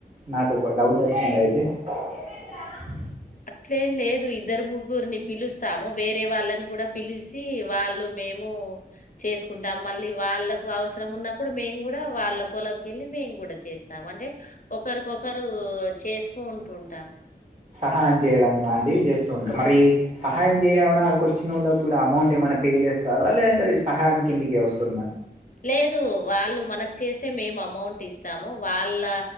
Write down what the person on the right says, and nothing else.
నాకు ఒక డౌట్ వచ్చింది అయితే కదా
హాన్ చేయడం లాంటివి చేస్తూ ఉంటాయి మరి సహాయం చేయమన్నా అక వచ్చిన వాళ్ళకి కూడా అమౌంట్ ఏమైన్నా పే చేస్తారా లేదంటే సహాయం కిందికి వస్తుందా